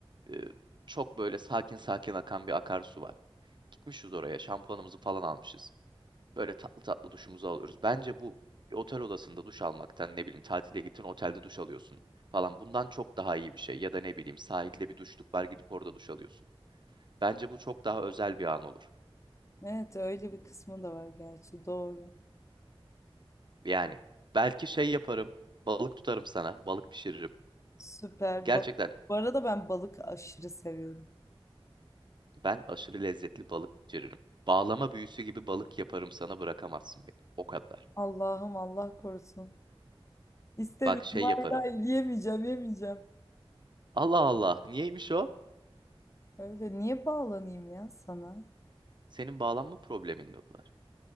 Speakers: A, on the right; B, on the left.
A: e, çok böyle sakin sakin akan bir akarsu var. Gitmişiz oraya şampuanımızı falan almışız. Böyle tatlı tatlı duşumuzu alıyoruz. Bence bu bir otel odasında duş almaktan ne bileyim tatile gittin otelde duş alıyorsun falan bundan çok daha iyi bir şey. Ya da ne bileyim sahilde bir duşluk var gidip orada duş alıyorsun. Bence bu çok daha özel bir an olur.
B: Evet öyle bir kısmı da var gerçi doğru.
A: Yani belki şey yaparım balık tutarım sana balık pişiririm.
B: Süper.
A: Gerçekten
B: Ba- Bu arada ben balık aşırı seviyorum.
A: ben aşırı lezzetli balık pişiririm. Bağlama büyüsü gibi balık yaparım sana bırakamazsın beni. O kadar.
B: Allah'ım Allah korusun. İstemiyorum.
A: Bak şey
B: Hayır
A: yaparım.
B: hayır yemeyeceğim yemeyeceğim.
A: Allah Allah niyeymiş o?
B: Öyle niye bağlanayım ya sana?
A: Senin bağlanma problemin mi var?